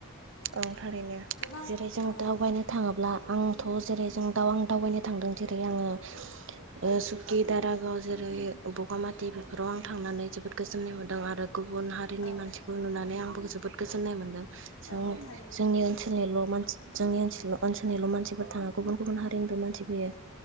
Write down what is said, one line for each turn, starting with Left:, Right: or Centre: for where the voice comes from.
Right: ओं थारैनो
Left: गोबां
Right: जेरै जों
Left: औ
Right: दावबायनो थाङोब्ला आं थ जेरै जों दाव आं दावबायनो थांदों जेरै आङो ओ सुकि दारागाव जेरै बगामाथि बेफोराव आं थांनानै जोबोद गोजोननाय मोनदों आरो गुबुन हारि नि
Left: औ
Right: मानसिफोर नुनानै आंबो जोबोद गोजोन्नाय मोनदों जों
Left: औ औ थारैनो
Right: जोंनि ओनसोलनिल मानसि जोंनि <unintelligible> ओनसोलनिल मानसिफोर थाङा गुबुन गुबुन हारिनिबो मानसि फैयो